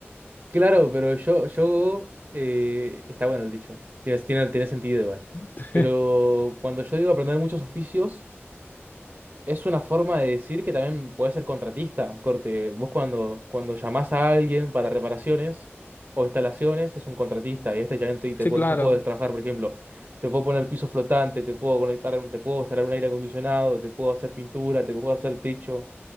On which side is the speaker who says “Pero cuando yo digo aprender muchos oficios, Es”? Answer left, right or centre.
Right